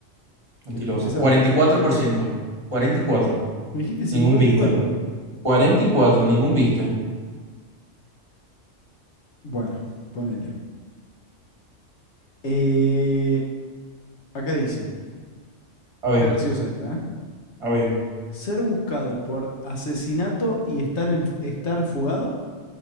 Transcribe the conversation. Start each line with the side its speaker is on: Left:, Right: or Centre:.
Right: Mentirosa.
Left: que la gente sabe.
Right: cuarenta cuarenta y cuatro por ciento cuarenta y cuatro
Left: Me dijiste cincuenta
Right: Ningún viste.
Left: y cuatro.
Right: cuarenta y cuatro ningún viste.
Left: Bueno, ponele. Eh, acá dice,
Right: A
Left: está
Right: ver,
Left: graciosa esta, ¿eh?
Right: a ver.
Left: Ser buscado por asesinato y estar, en- estar fugado